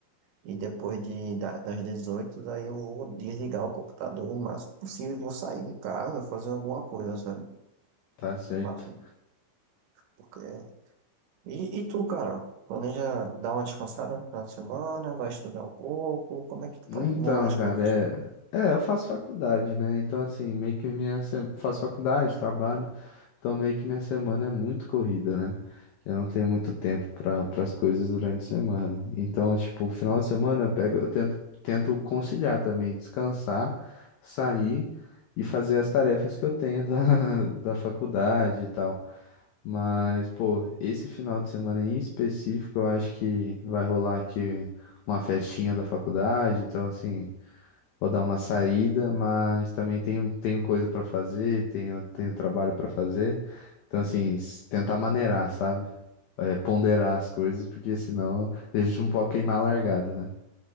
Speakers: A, on the right; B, on the left.
A: e depois de, da- das 18 daí eu vou desligar o computador o máximo possível e vou sair de casa, fazer alguma coisa, sabe?
B: tá certo?
A: O máximo, porque... E, e tu, Carol? Planeja dar uma descansada no final de semana, vai estudar um pouco, como é que
B: Então,
A: tu- vão as
B: cara,
A: coisas?
B: é. É, eu faço faculdade, né? Então, assim, meio que minha. se- Faço faculdade, trabalho. Então, meio que minha semana é muito corrida, né? Eu não tenho muito tempo para as coisas durante a semana. Então, tipo, final de semana eu pego, eu tento, tento conciliar também, descansar, sair e fazer as tarefas que eu tenho da, <laughs> da faculdade e tal. Mas, pô, esse final de semana em específico, eu acho que vai rolar aqui uma festinha da faculdade, então assim, vou dar uma saída, mas também tenho, tenho coisa pra fazer, tenho, tenho trabalho pra fazer. Então, assim, s- tentar maneirar, sabe? É, ponderar as coisas, porque senão a gente não pode queimar a largada, né?